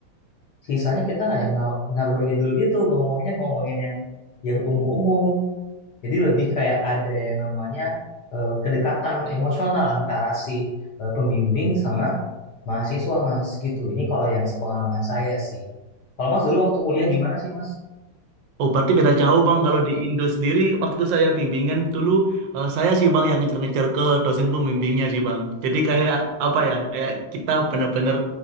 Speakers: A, on the left; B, on the right.
A: sisanya kita nggak yang ngal- ngalur ngidul gitu ngomongnya ngomongin yang yang umum-umum jadi lebih kayak ada yang namanya eh, kedekatan emosional antara si eh, pembimbing sama mahasiswa mas gitu ini kalau yang pengalaman saya sih kalau mas dulu waktu kuliah gimana sih mas
B: Oh, berarti beda jauh Bang. Kalau di Indo sendiri, waktu saya bimbingan dulu, eh, saya sih Bang yang ngejar-ngejar ke dosen pembimbingnya sih Bang. Jadi kayak apa ya, kayak kita bener-bener